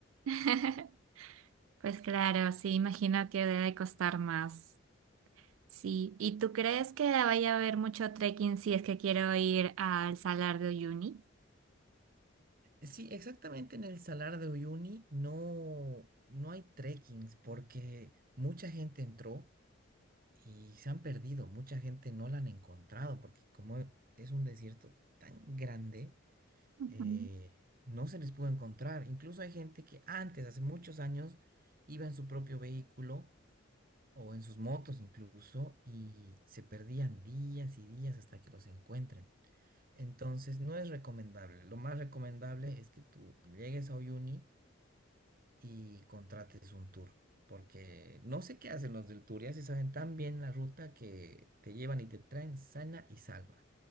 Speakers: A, on the right; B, on the right.
A: <laughs> Pues claro, sí, imagino que debe costar más. Sí, ¿y tú crees que vaya a haber mucho trekking si es que quiero ir al Salar de Uyuni?
B: Sí, exactamente en el Salar de Uyuni no, no hay trekkings porque mucha gente entró y se han perdido, mucha gente no la han encontrado porque como es un desierto tan grande,
A: Ujú.
B: eh, no se les pudo encontrar. Incluso hay gente que antes, hace muchos años, iba en su propio vehículo o en sus motos incluso, y se perdían días y días hasta que los encuentren. Entonces, no es recomendable. Lo más recomendable es que tú llegues a Uyuni y contrates un tour, porque no sé qué hacen los del tour, ya se saben tan bien la ruta que te llevan y te traen sana y salva.